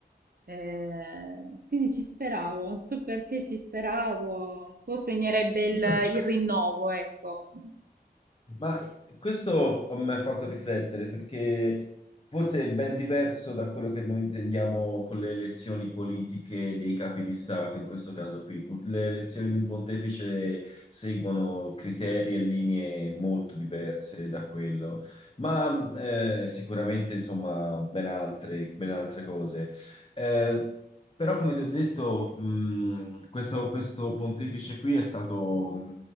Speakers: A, on the right; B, on the left.
A: Eh, quindi ci speravo, non so perché ci speravo, un po' segnerebbe il,
B: Io
A: il rinnovo, ecco.
B: Ma questo mi ha fatto riflettere perché forse è ben diverso da quello che noi intendiamo con le elezioni politiche dei capi di Stato, in questo caso qui. Le elezioni di un pontefice seguono criteri e linee molto diverse da quello, ma eh, sicuramente insomma ben altre, ben altre cose. Eh, però, come ti ho detto, mh, questo, questo pontefice qui è stato mh,